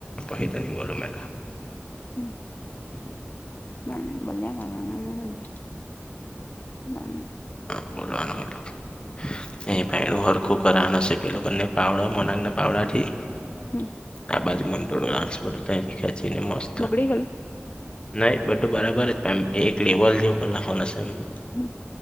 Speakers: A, on the left; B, on the left.
A: પહી તો ની બોલું મેં તો.
B: હમ.
A: <inaudible>
B: <unintelligible>
A: બોલવાનું <unintelligible> હરખું કરવાના છે કે એ લોકોને પાાવડા મનાંગના પાાવડાથી,
B: હમ
A: આબાજ મડ ખેંચી ને મસ્ત.
B: બગડી ગેલુ?
A: નહી બધું બરાબર જ એમ એક લેવલ જેવું કર નાખવાનું સે એમ.
B: હમ,